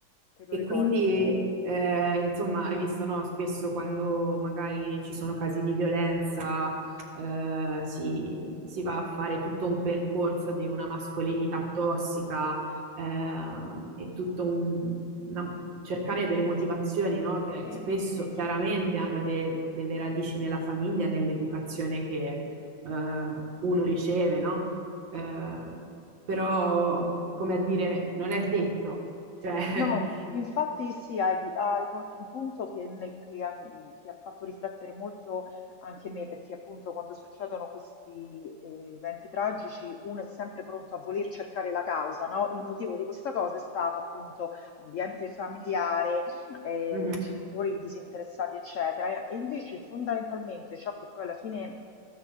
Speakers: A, on the left (about 85°); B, on the right (about 75°).
A: te lo
B: E
A: ricordi.
B: quindi, eh, insomma, hai visto, no? Spesso quando magari ci sono casi di violenza, eh, si, si va a fare tutto un percorso di una mascolinità tossica, eh, e tutto un una- cercare delle motivazioni, no? Che
A: Sì,
B: spesso
A: sì, sì.
B: chiaramente hanno de- delle radici nella famiglia, e nell'educazione che, eh, uno riceve, no? Eh,
A: Sì.
B: però, come a dire, non è detto. Cioè, <laughs>
A: No, infatti sì, hai, hai colto un punto che, nel- che ha, che ha fatto riflettere molto anche me, perché appunto quando succedono questi eh, eventi tragici uno è sempre pronto a voler cercare la causa, no? Il motivo di questa cosa è stato appunto ambiente familiare, eh,
B: Mhm,
A: genitori disinteressati, eccetera, e invece fondamentalmente ciò che poi alla fine...